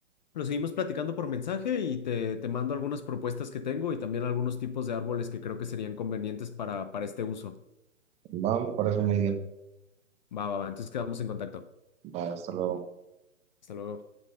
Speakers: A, on the left; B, on the right.
A: lo seguimos platicando por mensaje y te, te mando algunas propuestas que tengo y también algunos tipos de árboles que creo que serían convenientes para, para este uso.
B: Va, me parece muy bien.
A: Va, va, va. Entonces quedamos en contacto.
B: Va, hasta luego.
A: Hasta luego.